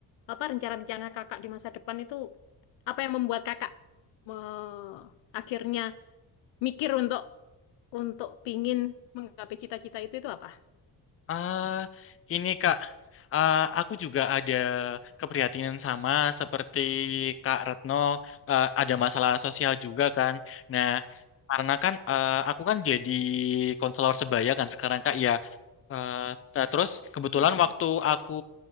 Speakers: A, on the left (about 75°); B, on the left (about 30°).
A: apa rencana-rencana kakak di masa depan itu apa yang membuat kakak me- akhirnya mikir untuk untuk pingin menggapai cita-cita itu itu apa?
B: Ah, ini Kak, ah, aku juga ada keprihatinan sama seperti Kak Retno. Ah, ada masalah sosial juga kan. Nah, karena kan ah, aku kan jadi konselor sebaya kan sekarang Kak. Ya, Eh, nah, terus kebetulan
A: Mm-mm.
B: waktu aku